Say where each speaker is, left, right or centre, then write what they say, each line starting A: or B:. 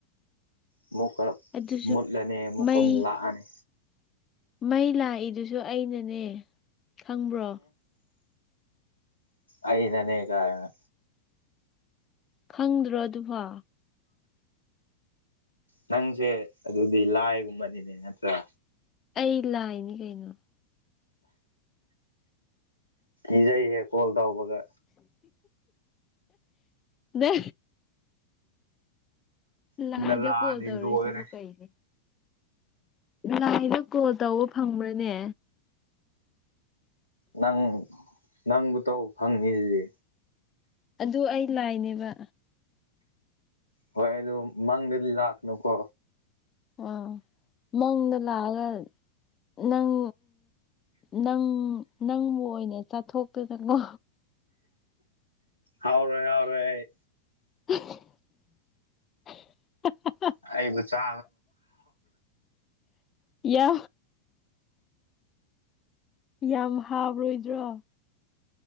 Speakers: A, on the left (about 80°); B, on the left (about 25°).
A: ꯑꯃꯨꯛ ꯀꯔ
B: ꯑꯗꯨꯁꯨ
A: ꯃꯨꯠꯂꯅꯤ ꯑꯃꯨꯛꯀꯔ
B: ꯃꯩ
A: ꯂꯥꯛꯑꯅꯤ
B: ꯃꯩ ꯂꯥꯛꯏꯗꯨꯁꯨ ꯑꯩꯅꯅꯦ ꯈꯪꯕ꯭ꯔꯣ
A: ꯑꯩ ꯅꯅꯦ ꯀꯥꯏꯅ
B: ꯈꯪꯗ꯭ꯔꯣ ꯑꯗꯨꯕ
A: ꯅꯪꯁꯦ ꯑꯗꯨꯗꯤ ꯂꯥꯏꯒꯨꯝꯕꯅꯤꯅꯦ ꯅꯠꯇ꯭ꯔꯥ
B: ꯑꯩ ꯂꯥꯏꯅꯤ ꯀꯩꯅꯣ
A: ꯏꯖꯩꯍꯦ ꯀꯣꯜ ꯇꯕꯕꯒ
B: ꯅ ꯂꯥꯏꯗ
A: ꯌꯨꯝꯗ ꯂꯥꯛꯑꯗꯤ
B: ꯀꯣꯜ ꯇꯧꯔꯤꯁꯤꯕꯨ
A: ꯂꯣꯏꯔꯦ
B: ꯀꯩꯅꯦ ꯂꯥꯏꯗ ꯀꯣꯜ ꯇꯧꯕ ꯐꯪꯕ꯭ꯔꯅꯦ
A: ꯅꯪ ꯅꯪꯕꯨ ꯇ ꯐꯪꯉꯤꯁꯦ
B: ꯑꯗꯨ ꯑꯩ ꯂꯥꯏꯅꯦꯕ
A: ꯍꯣꯏ ꯃꯪꯗꯗꯤ ꯂꯥꯛꯅꯨ ꯀꯣ
B: ꯑ ꯃꯪꯗ ꯂꯒ ꯅꯪ ꯅꯪ ꯅꯪꯕꯨ ꯑꯣꯏꯅ ꯆꯥꯊꯣꯛꯇꯅꯀꯣ
A: ꯍꯥꯎꯔꯣꯏ ꯍꯥꯎꯔꯣꯏ ꯑꯩ
B: <unintelligible> <inaudible>
A: ꯑꯩꯕꯨ ꯆꯥ
B: ꯌꯥ ꯌꯥꯝ ꯍꯥꯎꯔꯣꯏꯗ꯭ꯔꯣ